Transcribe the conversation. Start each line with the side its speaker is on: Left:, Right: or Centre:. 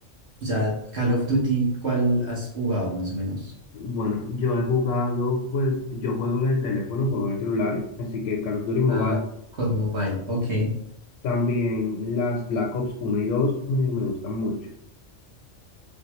Right: O sea, Call of Duty, ¿cuál has jugado más o menos?
Left: Bueno, yo he jugado, pues yo juego en el teléfono, juego en el celular, así que Call of Duty Mobile.
Right: Ah, COD Mobile. Ok,
Left: También las Black Ops uno y 2 me, me gustan mucho.